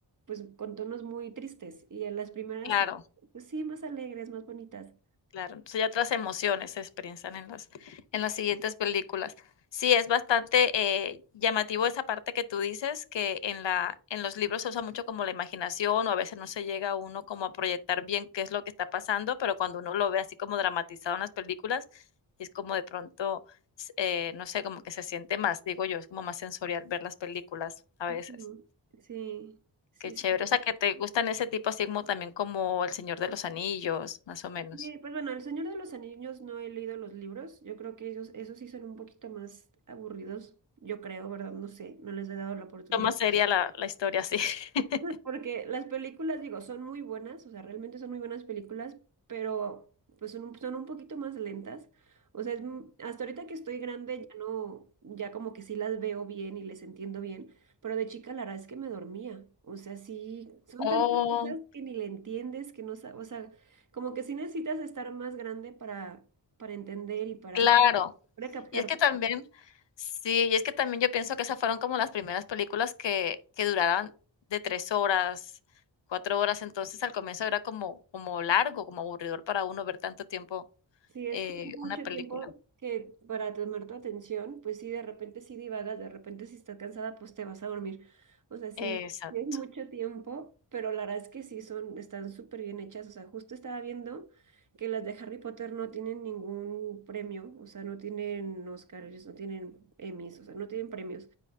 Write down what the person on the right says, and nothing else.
pues con tonos muy tristes y en las primeras,
pues sí, más alegres, más bonitas.
Ujú,
Sí, sí,
sí.
Sí, pues bueno, El Señor de los Anillos no he leído los libros, yo creo que ellos, esos sí son un poquito más aburridos, yo creo, ¿verdad? No sé, no les he dado la oportunidad.
Porque las películas, digo, son muy buenas, o sea, realmente son muy buenas películas, pero pues son un, son un poquito más lentas. O sea, es m- hasta ahorita que estoy grande ya no, ya como que sí las veo bien y les entiendo bien, pero de chica la verdad es que me dormía. O sea, sí, son
tantas cosas que ni le entiendes, que no, sa- o sea, como que sí necesitas estar más grande para, para entender y para,
para captar.
Sí, es
que es mucho
tiempo que para tomar tu atención, pues sí, de repente sí divagas, de repente si estás cansada, pues te vas a dormir. O sea, sí,
sí es mucho tiempo, pero la verdad es que sí son, están súper bien hechas. O sea, justo estaba viendo que las de Harry Potter no tienen ningún premio, o sea, no tienen Oscars, no tienen Emmys, o sea, no tienen premios.